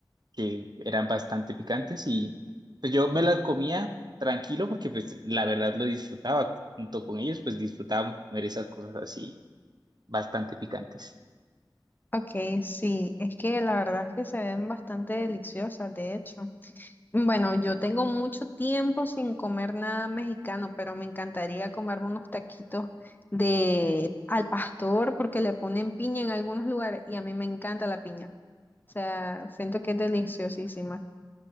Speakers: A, on the right; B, on the left.
A: que eran bastante picantes y pues yo me las comía tranquilo porque pues la verdad lo disfrutaba junto con ellos, pues disfrutábamos comer esas cosas así bastante picantes,
B: Ok, sí, es que la verdad es que se ven bastante deliciosas, de hecho. Bueno, yo tengo mucho tiempo sin comer nada mexicano, pero me encantaría comerme unos taquitos de al pastor porque le ponen piña en algunos lugares y a mí me encanta la piña. O sea, siento que es deliciosísima.